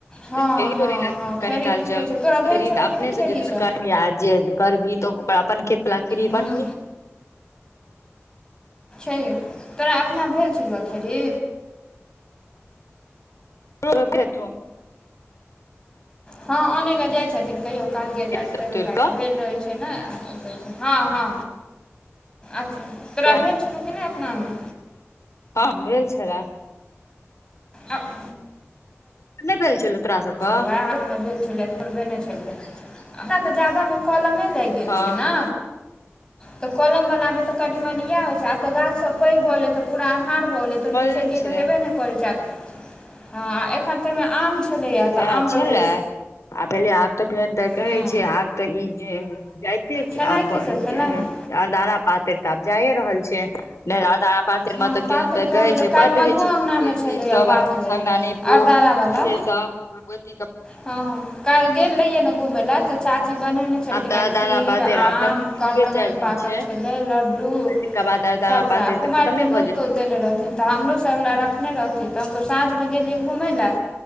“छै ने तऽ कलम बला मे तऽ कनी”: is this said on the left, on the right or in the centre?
Left